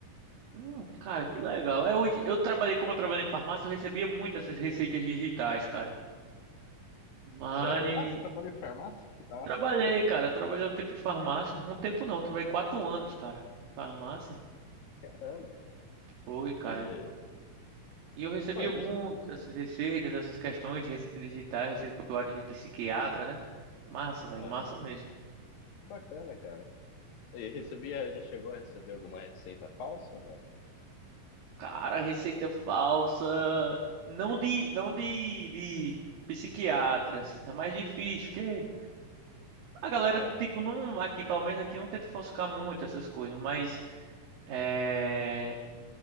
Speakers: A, on the right (about 85°); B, on the left (about 85°).
A: Hum, cara, que legal. É, hoje eu trabalhei, como eu trabalhei em farmácia, eu recebia muito essas receitas digitais, cara. Mas
B: Sério? Ah, você trabalhou em farmácia? Que massa.
A: trabalhei, cara. Trabalhei um tempo em farmácia. Um tempo não, trabalhei quatro anos, cara, em farmácia.
B: Caramba.
A: Foi, cara.
B: E,
A: E eu recebia
B: pô, e
A: muito
B: deixa...
A: essas receitas, essas questões de receitas digitais, receita tutorial de psiquiatra, né? Massa, velho,
B: Aham.
A: massa mesmo.
B: Que bacana, cara. E recebia, já chegou a receber alguma receita falsa,
A: Cara, receita falsa. Não de, não de, de psiquiatras. É mais difícil, porque a galera,
B: Aham.
A: tipo, não, aqui, pelo menos aqui, não tenta falsificar muito essas coisas, mas, é,